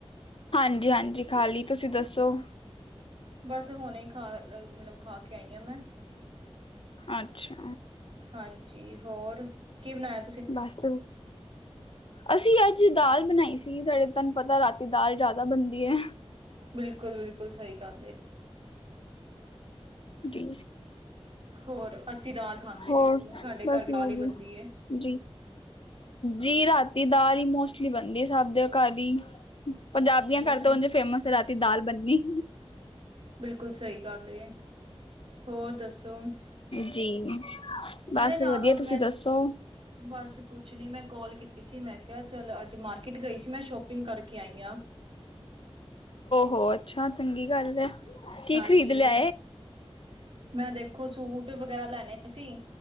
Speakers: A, on the left; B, on the right.
A: ਹਾਂਜੀ -ਹਾਂਜੀ ਖਾਲੀ ਤੁਸੀਂ ਦੱਸੋ।
B: ਬਸ ਹੁਣੇ ਹੀ ਖਾ ਮਤਲਬ ਖਾ ਕੇ ਆਈ ਹਾਂ ਮੈਂ।
A: ਅੱਛਾ।
B: ਹਾਂਜੀ ਹੋਰ ਕੀ ਬਣਾਇ?
A: ਬਸ ਅਸੀਂ ਅੱਜ ਦਾਲ ਬਣਾਈ ਸੀ ਸਾਡੇ ਤੁਹਾਨੂੰ ਪਤਾ ਰਾਤੀ ਦਾਲ ਜਿਆਦਾ ਬਣਦੀ ਹੈ
B: ਬਿਲਕੁਲ ਬਿਲਕੁਲ ਸਹੀ ਗੱਲ
A: ਜੀ
B: ਹੋਰ ਅਸੀਂ ਦਾਲ ਖਾਂਦੇ
A: ਹੋਰ
B: ਦੇਖੋ ਸਾਡੇ ਘਰ
A: ਬਸ
B: ਵੀ ਦਾਲ
A: ਹੀ ਵਧੀਆ
B: ਬਣਦੀ ਏ
A: ਜੀ ਜੀ ਰਾਤੀ ਦਾਲ ਹੀ ਮੋਸਟਲੀ ਬਣਦੀ ਸਭ ਦੇ ਘਰ ਹੀ ਪੰਜਾਬੀਆਂ
B: ਉਹੀ
A: ਘਰ
B: ਨਾ
A: ਤਾਂ ਉੇ ਫੇਮਸ ਹੈ ਰਾਤੀ ਦਾਲ ਬੰਨੀ
B: ਬਿਲਕੁਲ ਸਹੀ ਗੱਲ ਹੋਰ ਦੱਸੋ
A: ਜੀ ਬਸ
B: ਅਰੇ ਨਾ
A: ਵਧੀਆ
B: ਮੈਂ
A: ਤੁਸੀਂ ਦੱਸੋ
B: ਬਸ ਕੁਛ ਨੀ ਮੈਂ ਕਾਲ ਕੀਤੀ ਸੀ ਮੈਂ ਕਿਹਾ ਚਲ ਅੱਜ ਮਾਰਕੀਟ ਗਈ ਸੀ ਮੈਂ ਸ਼ੋਪਿੰਗ ਕਰਕੇ ਆਈ ਹਾਂ
A: ਹੋ ਅੱਛਾ ਚੰਗੀ ਗੱਲ ਹੈ ਕੀ
B: ਹਾਂਜੀ
A: ਖ਼ਰੀਦ ਲਿਆ
B: ਮੈਂ ਦੇਖੋ ਸੂਟ ਵਗੈਰਾ ਲੈਣੇ ਸੀ